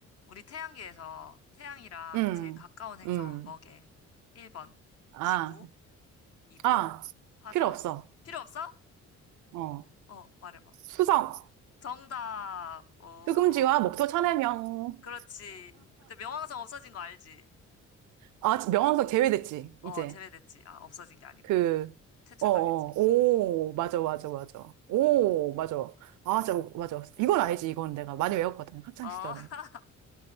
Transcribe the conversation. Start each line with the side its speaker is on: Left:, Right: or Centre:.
Left: 우리 태양계에서 태양이랑
Right: 음,
Left: 제일 가까운 행성은
Right: 음.
Left: 뭐게? 1번,
Right: 아,
Left: 지구. 2번,
Right: 아,
Left: 화성.
Right: 필요 없어.
Left: 필요 없어?
Right: 어,
Left: 어, 말해봐.
Right: 수성.
Left: 정답. 오,
Right: 뜨금지와 목토 천해명.
Left: 그렇지. 그때 명왕성 없어진 거 알지?
Right: 아, 명왕석 제외됐지,
Left: 어,
Right: 이제.
Left: 제외됐지. 아, 없어진 게 아니고.
Right: 그,
Left: 퇴출당했지.
Right: 어, 어, 오, 맞아, 맞아, 맞아. 오, 맞아. 아, 진짜, 맞아. 이건 알지, 이건 내가 많이 외웠거든, 학창시절에.
Left: 어, <laughs>